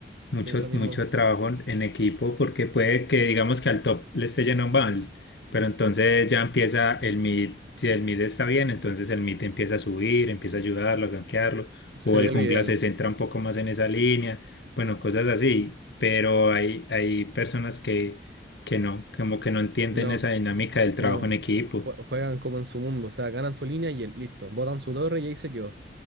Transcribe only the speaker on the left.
mucho,
mucho trabajo en equipo porque puede que digamos que al top le esté yendo mal, pero entonces ya empieza el mid, si el mid está bien, entonces el mid empieza a subir, empieza a ayudarlo, a gankearlo,
o el jungla
se centra un poco más en esa línea, bueno, cosas así, pero hay, hay personas que, que no, como que no entienden
esa dinámica del trabajo
en equipo.